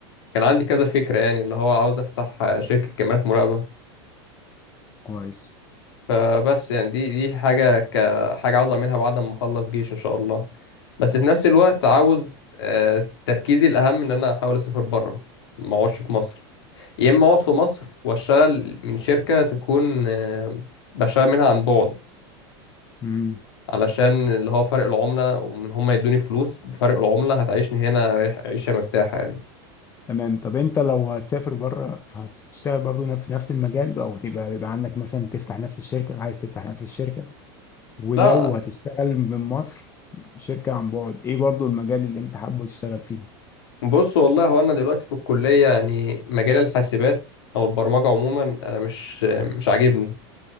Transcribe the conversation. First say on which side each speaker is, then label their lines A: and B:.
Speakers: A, on the left; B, on the left.
A: كان عندي كذا فكرة يعني اللي هو عاوز افتح شركة كاميرات مراقبة
B: كويس
A: فبس يعني دي دي حاجة كحاجة عاوز اعملها بعد ما اخلص جيش ان شاء الله بس في نفس الوقت عاوز آه، تركيزي الاهم ان انا احاول اسافر بره ما اقعدش في مصر يا اما اقعد في مصر واشتغل من شركة تكون آه، بشتغل منها عن بعد
B: امم
A: علشان اللي هو فرق العملة ومن هم يدوني فلوس بفرق العملة هتعيشني هنا عيشة مرتاحة يعني
B: تمام طب انت لو هتسافر بره هتشتغل برضو في نفس المجال او تبقى بيبقى عندك مثلا تفتح نفس الشركه عايز تفتح نفس الشركه ولو
A: لا
B: هتشتغل من مصر شركه عن بعد ايه برضو المجال اللي انت حابب تشتغل فيه
A: بص والله هو انا دلوقتي في الكليه يعني مجال الحاسبات او البرمجه عموما انا مش مش عاجبني